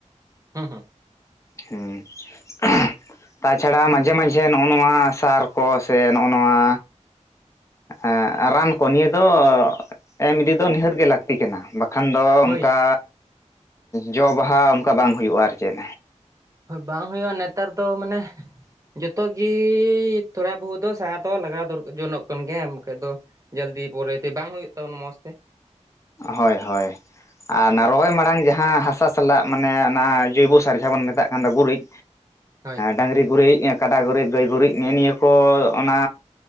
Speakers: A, on the right; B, on the left.
A: ᱦᱩᱸ ᱦᱩᱸ
B: ᱦᱮᱸ ᱟᱪᱪᱷᱟ ᱛᱟᱪᱷᱟᱲᱟ ᱢᱟᱡᱷᱮ ᱢᱟᱡᱷᱮ ᱱᱚᱜᱼᱚ ᱱᱚᱣᱟ ᱥᱟᱨ ᱠᱚᱥᱮ ᱱᱚ ᱚᱭ ᱱᱚᱣᱟ ᱮᱸ ᱨᱟᱱ ᱠᱚ ᱱᱤᱭᱟᱹ ᱫᱚ ᱮᱢ ᱤᱫᱤ ᱫᱚ ᱱᱤᱦᱟᱹᱛ ᱜᱮ ᱞᱟᱹᱠᱛᱤ ᱠᱟᱱᱟ ᱵᱟ- ᱠᱷᱟᱱ ᱫᱚ ᱚᱱᱠᱟ
A: ᱦᱳᱭ
B: ᱡᱚ ᱵᱟᱦᱟ ᱚᱱᱠᱟ ᱵᱟᱝ ᱦᱩᱭᱩᱜᱼᱟ ᱟᱨ ᱪᱮᱫ᱾
A: ᱦᱚ ᱵᱟᱝ ᱦᱩᱭᱩᱜᱼᱟ ᱱᱮᱛᱟᱨ ᱫᱚ ᱢᱟᱱᱮ ᱡᱚᱛᱚᱜᱤ ᱛᱷᱚᱲᱟ ᱵᱚᱦᱩ ᱫᱚ ᱥᱟᱦᱟ ᱫᱚ ᱞᱟᱜᱟᱣ ᱫᱚᱨᱠ ᱡᱚᱱᱚᱜ ᱠᱟᱱ ᱜᱮᱭᱟ ᱚᱱᱠᱟ ᱫᱚ᱾ ᱡᱚᱞᱫᱤ ᱯᱚᱨᱮᱛᱮ ᱵᱟᱝ ᱦᱩᱭᱩᱜ ᱛᱟᱵᱚᱱ ᱱᱟ ᱢᱚᱸᱡᱽ ᱛᱮ᱾
B: ᱦᱳᱭ ᱦᱳᱭ ᱟᱨ
A: ᱦᱳᱭ
B: ᱚᱱᱟ ᱨᱚᱦᱚᱭ ᱢᱟᱲᱟᱝ ᱡᱟᱦᱟᱸ ᱦᱟᱥᱟ ᱥᱟᱞᱟᱜ ᱢᱟᱱᱮ ᱚᱱᱟ ᱡᱳᱚᱭᱵᱚ ᱥᱟᱨ ᱡᱟᱦᱟ ᱵᱚᱱ ᱢᱮᱛᱟᱜ ᱠᱟᱱ ᱫᱚ ᱜᱩᱨᱤᱡᱽ
A: ᱦᱳᱭ
B: ᱰᱟᱝᱨᱤ ᱜᱩᱨᱤᱡ᱾ ᱠᱟᱰᱟ ᱜᱩᱨᱤᱡ ᱜᱟᱹᱭ ᱜᱩᱨᱤᱡ ᱮᱸᱱᱤᱭᱟᱹ ᱠᱚ ᱚᱱᱟ